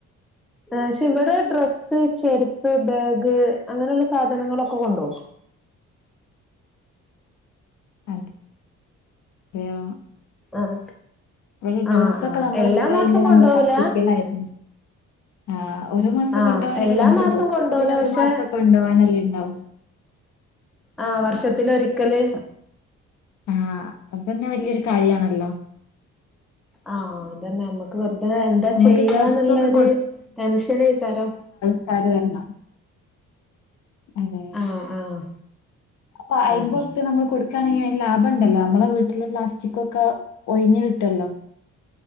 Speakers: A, in the centre; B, on the left.
A: ആഹ് പക്ഷേ ഇവിടെ ഡ്രസ്സ് ചെരിപ്പ് ബാഗ് അങ്ങനെയുള്ള സാധനങ്ങളൊക്കെ കൊണ്ടോവും
B: അതെയോ
A: ആഹ്
B: ഇവിടെ
A: ആഹ്
B: ഡ്രസ്സൊക്കെ
A: ആഹ്
B: നമ്മള്
A: എല്ലാ
B: കൊറേയുണ്ട്
A: മാസവും കൊണ്ടോവൂല
B: നമ്മള് കത്തിക്കലായിരുന്നു ആഹ് ഒരു മാസം
A: ആഹ്
B: കൊണ്ടോവാണെങ്കിൽ
A: എല്ലാ
B: നമുക്ക്
A: മാസവും
B: ഡ്രസൊക്കെ
A: കൊണ്ടോവൂല
B: പിന്നെ ഒരു
A: പക്ഷെ
B: മാസവൊക്കെ കൊണ്ടോവാനല്ലേ ഉണ്ടാവു
A: ആഹ് വർഷത്തിൽ ഒരിക്കല്
B: ആഹ് അത് തന്നെ വല്ല്യ ഒരു കാര്യാണല്ലോ
A: ആഹ് അത് തന്നെ നമ്മ ക്ക് വെറുതെ എന്താ
B: നമുക്ക്
A: ചെയ്യാന്നൊള്ളോര്
B: ഡ്രസ്സൊക്കെ
A: ടെൻഷനേക്കാരം
B: അത് വെരണം അതെ
A: ആഹ് ആഹ്
B: അപ്പൊ അയ്മ്പൊർപ്യ
A: ഉം
B: നമ്മള് കൊട്ക്കാണെങ്കി അയ്ന് ലാഭ ണ്ടല്ലോ നമ്മളെ വീട്ടിലെ പ്ളാസ്റ്റിക്കൊക്കെ ഒഴിഞ് കിട്ടുല്ലോ